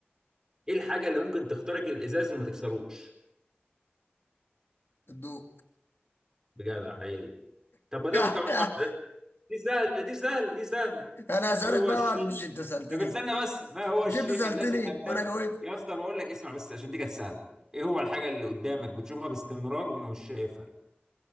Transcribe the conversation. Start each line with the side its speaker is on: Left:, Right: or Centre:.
Right: ايه الحاجه اللي ممكن تخترق الازاز وما تكسروش
Left: الضوء
Right: بجدع هي دي طب ما ده
Left: <laughs>
Right: هو كمان واحده دي سهله دي سهله دي سهله
Left: انا هسألك
Right: ايه هو
Left: بقى
Right: الشيء
Left: واحد مش انت سألتني
Right: طب استنى بس ما هو
Left: مش
Right: الشيء
Left: انت سألتني
Right: الذي امامك
Left: ما انا جاوبت
Right: يا اسطى بقول لك اسمع بس عشان دي كانت سهله ايه هو الحاجه اللي قدامك بتشوفها باستمرار ومش شايفها